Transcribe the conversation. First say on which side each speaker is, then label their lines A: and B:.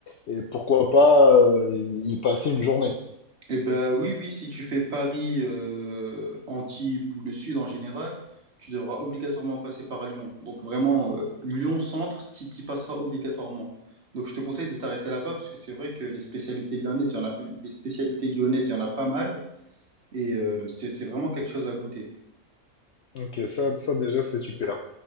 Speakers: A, on the left; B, on the right.
A: et pourquoi pas euh, y y passer une journée.
B: Eh ben oui, oui, si tu fais Paris, euh, Antibes ou le Sud en général, tu devras obligatoirement passer par Lyon. Donc vraiment, euh, Lyon-Centre, tu y passeras obligatoirement. Donc je te conseille de t'arrêter là-bas parce que c'est vrai que les spécialités lyonnaises, il y en a, les spécialités lyonnaises, il y en a pas mal et euh, c'est c'est vraiment quelque chose à goûter.
A: Ok, ça, ça déjà, c'est super.